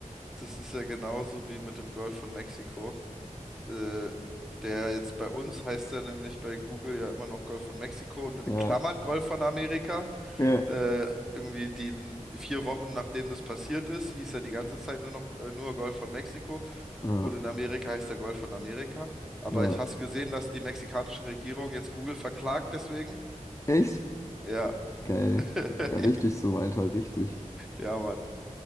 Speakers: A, in the centre; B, on the left.
A: das ist ja genauso wie mit dem Golf von Mexiko. Äh, der jetzt bei uns heißt ja nämlich bei Google ja immer noch Golf von Mexiko und in
B: Ja,
A: den Klammern Golf von Amerika.
B: ja,
A: Äh, irgendwie die n- vier Wochen nachdem das passiert ist, hieß er die ganze Zeit nur noch äh, nur Golf von Mexiko.
B: ja,
A: Und in Amerika heißt der Golf von Amerika. Aber
B: ja.
A: ich hast du gesehen, dass die mexikanische Regierung jetzt Google verklagt deswegen?
B: Echt?
A: Ja,
B: Geil.
A: <laughs>
B: Ja, richtig so, Alter, richtig.
A: ja, Mann.